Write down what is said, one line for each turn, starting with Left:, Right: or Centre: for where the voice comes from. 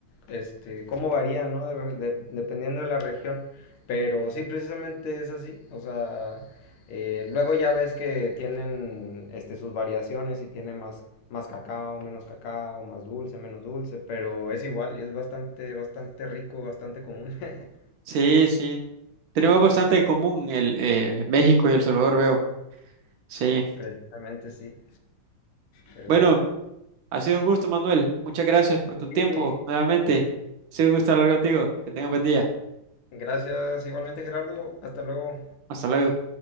Left: este, cómo varía, ¿no? De- de- dependiendo de la región. Pero sí, precisamente es así. O sea, eh, luego ya ves que tienen este, sus variaciones y tiene más, más cacao, menos cacao, más dulce, menos dulce. Pero es igual, es bastante, bastante rico, bastante común. <laughs>
Right: Sí, sí. Tenemos bastante en común el eh, México y El Salvador, veo. Sí.
Left: Precisamente sí, pero
Right: Bueno,
Left: bueno.
Right: ha sido un gusto, Manuel. Muchas gracias por
Left: Sí,
Right: tu tiempo nuevamente. Ha sido un gusto hablar contigo. Que tengas buen día.
Left: gracias igualmente Gerardo, hasta luego.
Right: Hasta luego.